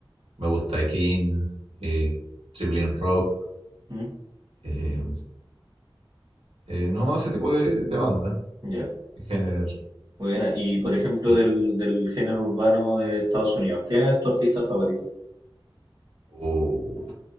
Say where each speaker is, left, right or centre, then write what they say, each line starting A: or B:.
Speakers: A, on the right; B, on the right.
A: me gusta King, eh, Triple M Rock,
B: ¿Mm?
A: eh, eh, no ese tipo de, de banda
B: Ya,
A: en general.
B: buena. Y por ejemplo,
A: sí.
B: del, del género urbano de Estados Unidos, ¿quién es tu artista favorito?
A: Oh,